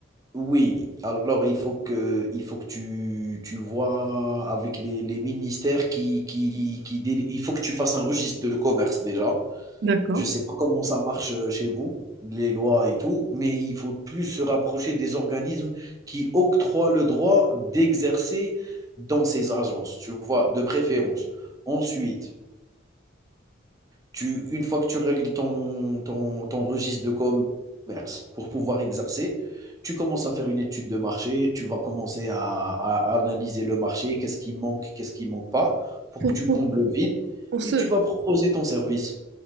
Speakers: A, on the right; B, on the right.
A: oui, alors il faut que, il faut que tu, tu vois avec les, les ministères qui, qui, qui, déli- il faut que tu fasses un registre de commerce déjà.
B: D'accord.
A: Je sais pas comment ça marche, heu, chez vous, les lois et tout, mais il faut plus se rapprocher des organismes qui octroient le droit d'exercer dans ces agences, tu vois? De préférence. Ensuite, tu une fois que tu règles ton ton ton registre de commerce pour pouvoir exercer, tu commences à faire une étude de marché, tu vas commencer à à analyser le marché, qu'est-ce qui manque, qu'est-ce qui manque pas, pour
B: Pour,
A: que tu
B: pour,
A: combles le vide
B: pour ce,
A: et tu vas proposer ton service.